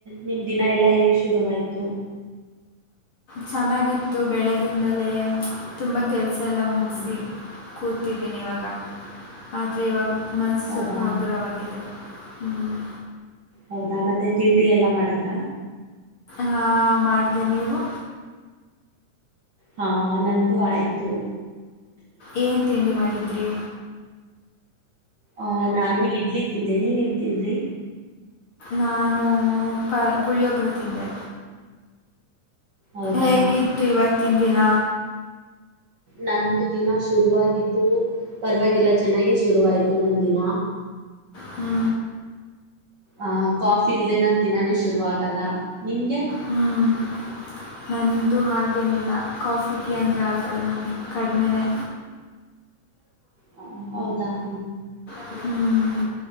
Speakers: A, on the right; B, on the left.
A: ನಿಮ ದಿನ ಎಲ್ಲಾ ಹೇಗ್ ಶುರುವರುವಾಯ್ತು
B: ಚೆನ್ನಾಗಿತ್ತು ಬೆಳಗಿಂದಲೇ ತುಂಬಾ ಕೆಲ್ಸ ತಲೆ ಮುಗಿಸಿ
A: ಹ್ಮ್
B: ಕೂತಿದ್ದೀನಿ ಇವಾಗ ಆದರೆ ಇವಾಗ ಮನಸು
A: ಹೌದಾ
B: ಸ್ವಲ್ಪ ಹಗ್ರವಾಗಿದೆ ಹ್ಮ್
A: ಹೌದಾ ಮತ್ತೆ ತಿಂಡಿ ಎಲ್ಲಾ ಮಾಡಿದ್ರ
B: ಹಾ ಮಾಡಿದೆೆ ನೀವು
A: ಹಾ ನಂದು ಆಯ್ತು
B: ಏನ್ ತಿಂಡಿ ಮಾಡಿದ್ರಿ
A: ಅಹ ನಾನು ಇಡ್ಲಿ ತಿಂದೆ ನೀವ ನ್ ತಿಂದ್ರಿ
B: ನಾನು ಪ ಪುಳಿಯೋಗ್ರಫಿಂದೆ
A: ಹೌದಾ
B: ಹೇಗಿತ್ತು ಇವತ್ತಿನ ದಿನ
A: ನಂದು ದಿನ ಶುರುವಾಗಿದ್ದು ಪರವಾಗಿಲ್ಲ ಚೆನ್ನಾಗೆ ಶುರುವಾಯ್ತು ನಂದ ದಿನ
B: ಹ್ಞೂ
A: ಆ ಕಾಫಿ ಇಲ್ದೆೇ ನನ್ು ತಿನಾನನೆ ಶುರು ಆಗಲ್ಲ ನಿಮ್ಗೆ
B: ಹ್ಮ್ ನನ್ನದು ಹಾಗೇನಿಲ್ಲ ಕಾಫಿ ಟೀ ಅಂದರೆ ಆಗಲ್ಲ ನನಗೆ ಕಡಿಮೆೇ
A: ಹ ಹೌದಾ ಹ
B: ಮೆಲ್ಲೆ ಹ್ಮ್.